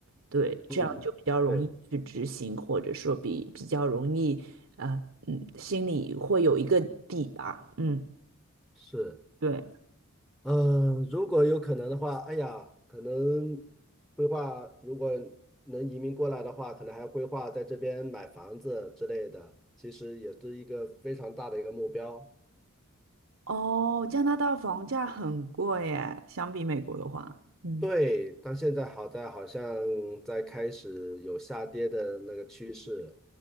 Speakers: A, on the right; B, in the centre.
A: 对，这样就比较容易去执行，
B: 嗯，对，
A: 或者说比比较容易，啊，嗯，心里会有一个底吧，嗯，
B: 是。
A: 对，
B: 嗯，如果有可能的话，哎呀，可能规划如果能移民过来的话，可能还要规划在这边买房子之类的，其实也是一个非常大的一个目标。
A: 哦，加拿大房价很贵耶，相比美国的话，嗯，
B: 对，但现在好在好像在开始有下跌的那个趋势，